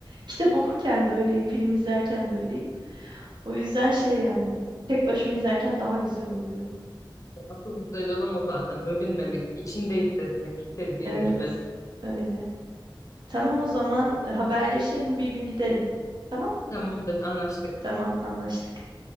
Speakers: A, on the right; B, on the left.
A: Kitap okurken de öyleyim, film izlerken de öyleyim. O yüzden şey yani tek başıma izlerken daha güzel oluyor.
B: Asıl güzel olan o zaten. Bölünmemek, içinde hissetmek istediğin
A: Evet,
B: gibi.
A: öyle. Tamam o zaman e, haberleşelim bir gün giderim. Tamam?
B: Tamamdır, anlaştık.
A: Tamam anlaştık.